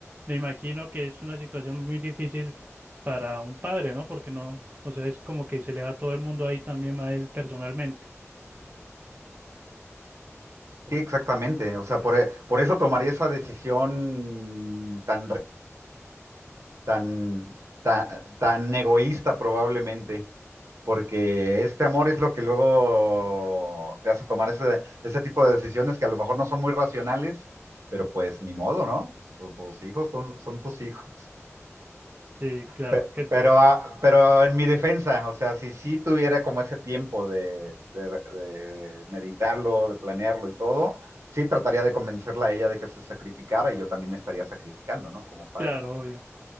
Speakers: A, on the right; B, on the right.
A: me imagino que es una situación muy difícil para un padre, ¿no? Porque no, o sea, es como que se le va todo el mundo ahí también a él personalmente.
B: Sí, exactamente. O sea, por, e- por eso tomaría esa decisión tan, re- tan, tan, tan egoísta probablemente, porque este amor es lo que luego te hace tomar ese, ese tipo de decisiones que a lo mejor no son muy racionales, pero pues ni modo, ¿no? Tu- Tus, hijos son, son tus hijos.
A: Sí, claro,
B: Pe-
A: que
B: Pero, ah, pero en mi defensa, o sea, si sí tuviera como ese tiempo de, de- de meditarlo, de planearlo y todo, sí trataría de convencerla a ella de que se sacrificara y yo también me estaría sacrificando, ¿no? Como padre.
A: claro, obvio.